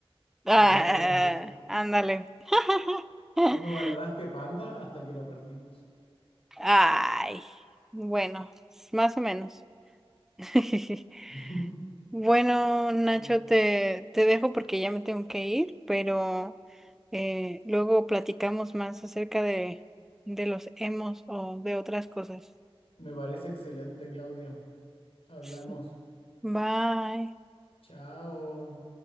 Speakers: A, in the centre; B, on the left.
A: Ah,
B: Acuérdate de eso.
A: ándale. <laughs>
B: Tú no valoraste Panda hasta que lo perdimos.
A: Ay, bueno, más o menos. <laughs>
B: <laughs>
A: Bueno, Nacho,
B: Sí.
A: te, te dejo porque ya me tengo que ir, pero eh, luego platicamos más acerca de, de los emos o de otras cosas.
B: Me parece excelente, Claudia. Hablamos.
A: Sí. Bye.
B: Chao.